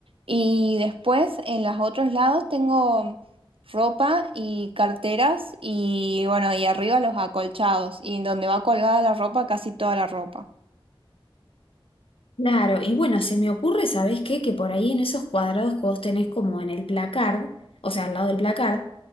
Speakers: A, on the right; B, on the left.
A: Y después, en los otros lados, tengo ropa y carteras y, bueno, y arriba los acolchados. Y en donde va colgada la ropa, casi toda la ropa.
B: Claro, y bueno, se me ocurre, ¿sabés qué? Que por ahí en esos cuadrados que vos tenés como en el placard, o sea, al lado del placard,